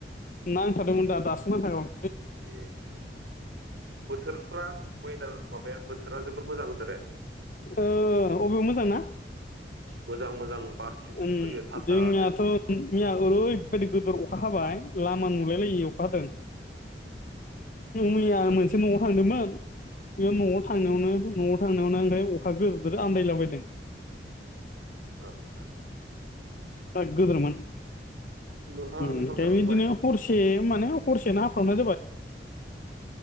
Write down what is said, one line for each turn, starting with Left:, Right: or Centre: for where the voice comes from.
Left: नांथादोंमोन दा दासिम नांथान
Right: ए बोथोरफ्रा वेदार माबाया बोथोरा जोबोर मोजांदों होनदोंरे।
Left: हो अबे मोजां ना।
Right: मोजां मोजां बारसि
Left: ओम
Right: सि फैयो थान्दानो।
Left: जोंनियाथ' मैया ओरैबायदि गोदोर अखा हाबाय लामा नुलायलायि अखा हादों। मैया
Right: आदसा
Left: मोनसे न'आव थांदोंमोन। बेयाव न'आव थांनायावनो न'आव थांनायावनो ओमफ्राय अखा गोदोर गोदोर आन्दायलाबायदों।
Right: आतसा आतसा
Left: दजा गोदोरमोन
Right: नोंहा
Left: उम
Right: ओंखाम
Left: फ्राय
Right: जाखांबाय
Left: बिदिनो हरसे माने हरसे ना हाफ्रामनाय जाबाय।